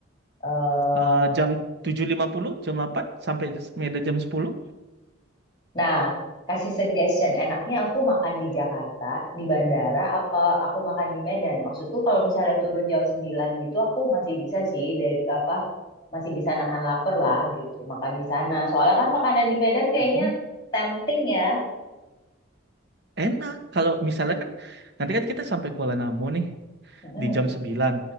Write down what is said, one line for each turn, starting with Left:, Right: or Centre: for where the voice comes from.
Left: eh
Right: eh, jam tujuh lima puluh, jam delapan sampai medan jam sepuluh
Left: nah, kasih suggestion. Enaknya aku makan di Jakarta, di bandara, apa aku makan di Medan? Maksudku kalau misalnya turun jam 9 gitu aku masih bisa sih dari apa masih bisa nahan lapar lah gitu, makan di sana. Soalnya kan makanan di Medan kayaknya
Right: Mhm.
Left: tempting ya.
Right: enak. Kalau misalnya kan nanti kan kita sampai Kuala Namu nih
Left: Mm-mm,
Right: di jam 9.